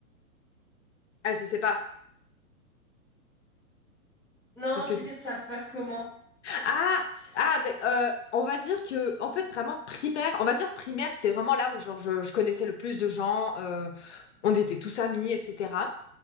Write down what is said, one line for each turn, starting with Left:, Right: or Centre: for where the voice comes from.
Left: Elle se sépare.
Centre: Non,
Left: C'est ce
Centre: non, je
Left: que
Centre: veux dire, ça se passe comment?
Left: Ah, ah, d- euh, on va dire que, en fait, vraiment primaire, on va dire primaire, c'était vraiment là où genre, je, je connaissais le plus de gens, euh, on était tous amis, etc.